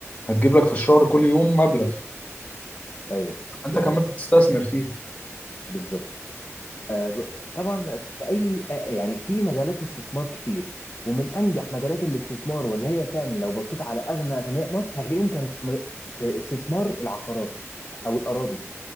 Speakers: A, on the left; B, on the left.
A: هتجيب لك في الشهر كل يوم مبلغ
B: ايوه
A: انت
B: دي
A: كمان
B: حقيقة
A: بتستثمر فيها
B: بالظبط آه، ب- طبعا في اي آه، يعني في مجالات استثمار كتير ومن انجح مجالات الاستثمار واللي هي فعلا لو بصيت على اغنى اغنياء مصر هتلاقيهم كانوا في م- في استثمار العقارات او الاراضي